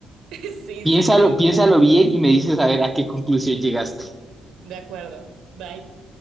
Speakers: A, on the right; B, in the centre.
A: <laughs> Sí,
B: Piénsalo,
A: sí, sí.
B: piénsalo bien y me dices a ver a qué conclusión llegaste.
A: De acuerdo. Bye.